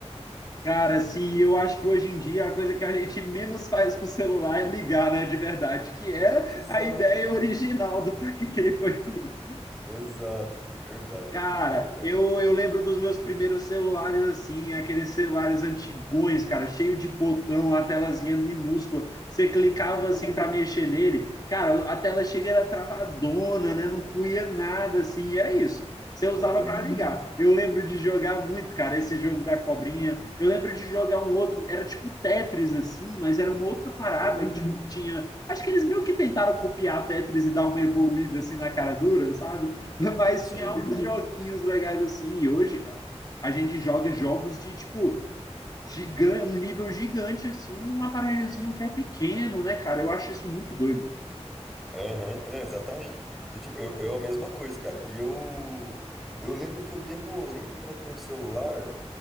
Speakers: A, on the left; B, in the centre.
A: Cara, assim, eu acho que hoje em dia a coisa que a gente menos faz com o celular é ligar, né, de verdade, que era
B: Exato,
A: a ideia original do para que, que ele foi feito.
B: exato. Verdade,
A: Cara,
B: verdade.
A: eu, eu lembro dos meus primeiros celulares assim, aqueles celulares antigões, cara, cheio de botão, a telazinha minúscula. Você clicava assim para mexer nele, cara, a tela chega era travadona, né? Não fluía nada assim, era isso. Você usava
B: Aham,
A: para ligar. Eu lembro de jogar muito, cara, esse jogo da cobrinha. Eu lembro de jogar um outro, era tipo Tetris assim, mas era uma outra parada,
B: sei,
A: que, tipo, tinha, acho que eles meio que tentaram copiar Tetris e dar uma evoluída assim na cara dura, sabe? <laughs> Mas
B: sim.
A: tinha alguns joguinhos legais assim. E hoje, cara, a gente joga jogos de tipo gigante, um nível gigante assim, num aparelhozinho que é pequeno, né, cara? Eu acho isso muito doido.
B: Aham, não, exatamente. Eu, Tipo, eu, eu a mesma coisa, cara. E eu, eu lembro que eu demorei pra ter um celular,